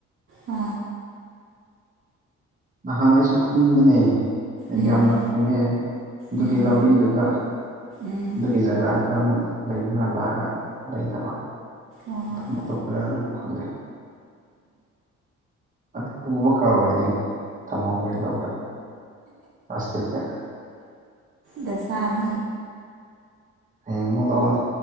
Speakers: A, on the right (about 45°); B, on the right (about 25°).
A: ꯑ
B: ꯅꯍꯥꯟ ꯑꯩꯁꯨ ꯈꯨꯟꯕꯅꯦ ꯑꯩ
A: ꯎꯝ
B: ꯌꯥꯝꯅ ꯐꯪꯉꯦ ꯑꯗꯨꯒꯤ
A: ꯎꯝ
B: ꯂꯧꯔꯤꯗꯨꯗ
A: ꯎꯝ
B: ꯑꯗꯨꯒꯤ ꯖꯒꯥꯗꯨꯗ ꯑꯃꯨꯛ ꯂꯩꯕ꯭ꯔꯥ ꯂꯥꯛꯑꯒ ꯂꯩꯇꯕ
A: ꯑꯣ
B: ꯑꯝꯕ ꯇꯣꯞꯄꯔ ꯍꯥꯏꯔ ꯑꯃꯨ ꯈꯂꯦ ꯑꯗꯨ ꯄꯨꯕ ꯀꯥ ꯑꯣꯏꯔꯤꯅꯦ ꯊꯝꯃꯣ ꯈꯔ ꯂꯧꯗ ꯄ꯭ꯂꯥꯁꯇꯤꯛꯇ
A: ꯗꯁꯥꯏꯟ
B: ꯍꯌꯦꯡ ꯑꯃꯨꯛ ꯂꯧꯔꯅꯤ